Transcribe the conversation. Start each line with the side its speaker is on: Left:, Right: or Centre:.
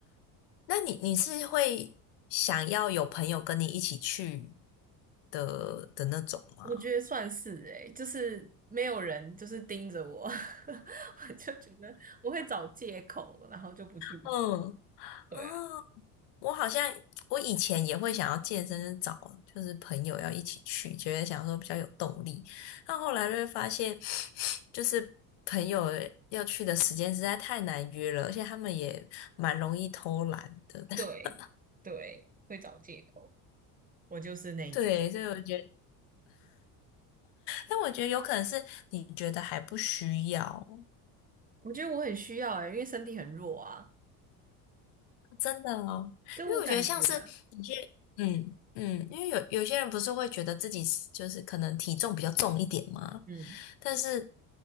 Left: 那你你是会想要有朋友跟你一起去的的那种吗？
Right: 我觉得算是诶、就是没有人就是盯着我，<laughs> 我就觉得我会找借口，然后就不去。
Left: 嗯
Right: 对啊，
Left: 哦我好像我以前也会想要健身，就是找就是朋友要一起去，觉得想说比较有动力。但后来就会发现，就是朋友要去的时间实在太难约了，而且他们也蛮容易偷懒的。
Right: 对对，
Left: <laughs>
Right: 会找借口。我就是那一种，
Left: 对，所以我觉得，但我觉得有可能是你觉得还不需要，
Right: 我觉得我很需要诶、因为身体很弱啊，
Left: 真的哦，
Right: 对我感觉啊，
Left: 因为我觉得像是有些，嗯嗯，因为有有些人不是会觉得自己是就是可能体重比较重一点嘛，
Right: 嗯，
Left: 但是